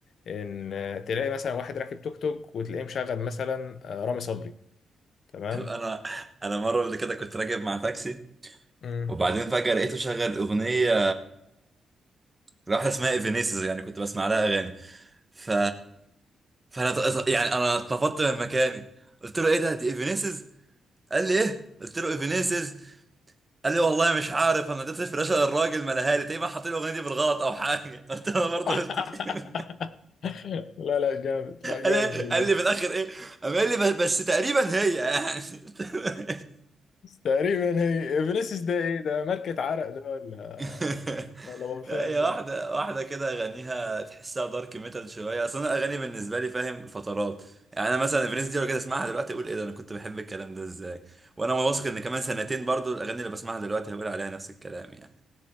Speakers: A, on the left; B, on the right.
A: ان تلاقي مثلا واحد راكب توك توك وتلاقيه مشغل مثلا آه، رامي صبري تمام
B: انا انا مره قبل كده كنت راكب مع تاكسي
A: مم.
B: وبعدين فجاه لقيته شغل اغنيه واحده اسمها ايفينيسز يعني كنت بسمع لها اغاني ف فانا ط- يعني انا اتنفضت من مكاني قلت له ايه ده دي ايفينيسز قال لي ايه قلت له ايفينيسز قال لي والله مش عارف انا اديت الفلاشه للراجل ما لها لي تقريبا حاطين الاغنيه دي بالغلط او حاجه <laughs> قلت له انا برضه
A: <laughs>
B: قلت كده
A: لا لا جامد لا جامد
B: قال لي قال
A: بجد
B: لي في الاخر ايه قام قال لي بس بس تقريبا هي يعني <laughs>
A: تقريبا هي فينيسيوس ده ايه ده ماركة عرق ده ولا
B: <laughs>
A: ولا بولفان
B: هي
A: ده
B: واحدة واحدة كده أغانيها تحسها دارك ميتال شوية أصل أنا أغاني بالنسبة لي فاهم فترات يعني أنا مثلا فرينز دي لو كده أسمعها دلوقتي أقول إيه ده أنا كنت بحب الكلام ده إزاي وأنا واثق إن كمان سنتين برضو الأغاني اللي بسمعها دلوقتي هقول عليها نفس الكلام يعني